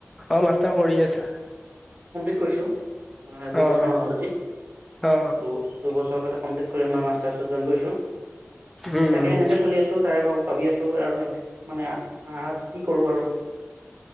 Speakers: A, in the centre; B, on the right.
A: অ মাষ্টাৰ কৰি আছা
B: কৈছো অ দুবছৰ
A: অ অ
B: মান হ'ল আজি
A: অ অ
B: দুবছৰ দুবছৰ আগতে কমপ্লিট কৰি আমাৰ মাষ্টাৰচত জ‌ইন কৰিছো
A: উম
B: সেই তাকে
A: উম
B: এনেকে চলি আছো তাৰে ভাৰ ভাবি আছোঁ আৰু নেক্সট মানে আ কি কৰোঁ আৰু <unintelligible>